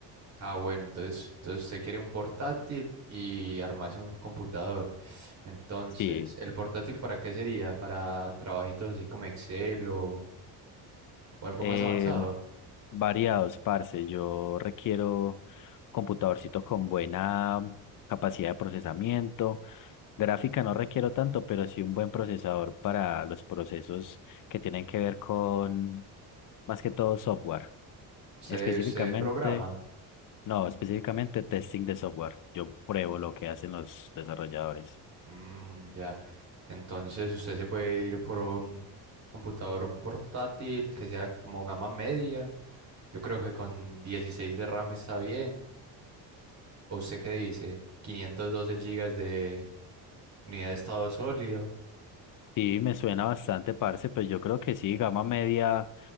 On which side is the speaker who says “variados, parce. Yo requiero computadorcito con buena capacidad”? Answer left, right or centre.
Left